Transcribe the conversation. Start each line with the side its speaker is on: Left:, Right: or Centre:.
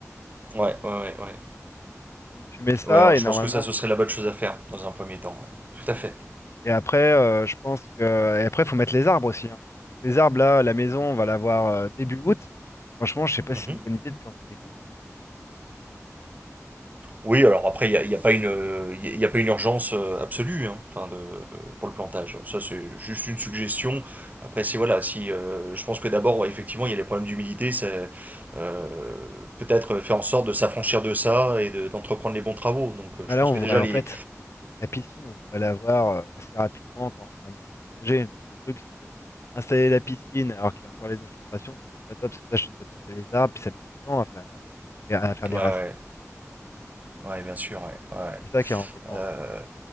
Right: ouais, ouais, ouais, ouais.
Left: Donc tu mets ça
Right: Ouais, je
Left: et normalement.
Right: pense que ça, ce serait la bonne chose à faire dans un premier temps, ouais. Tout à fait.
Left: Et après, euh, je pense que. Et après, il faut mettre les arbres aussi. hein. Donc les arbres, là, la maison, on va l'avoir euh, début août. Franchement, je sais pas
Right: Mhm.
Left: si c'est une bonne idée de planter début août. hein.
Right: Oui, alors après, il n'y a, il y a pas une, euh, il y a pas une urgence euh, absolue hein, enfin de, euh, pour le plantage. Ça, c'est juste une suggestion. Après, si voilà, si euh, je pense que d'abord, ouais, effectivement, il y a les problèmes d'humidité, c'est euh, peut-être faire en sorte de s'affranchir de ça et de- d'entreprendre les bons travaux. Donc, euh,
Left: Ah,
Right: je
Left: Là,
Right: pense
Left: on
Right: que
Left: voudrait,
Right: déjà
Left: en
Right: les,
Left: fait, la piscine, on voudrait l'avoir euh, assez rapidement quand on a emménagé. Donc le truc, c'est que installer la piscine, alors qu'il y a encore les infiltrations, c'est peut-être pas top. C'est pour ça que je disais planter les arbres, puis ça met du temps à faire, et à faire des
Right: ouais,
Left: racines
Right: ouais,
Left: profondes.
Right: ouais, bien sûr, ouais, ouais.
Left: C'est ça qui est embêtant,
Right: Euh,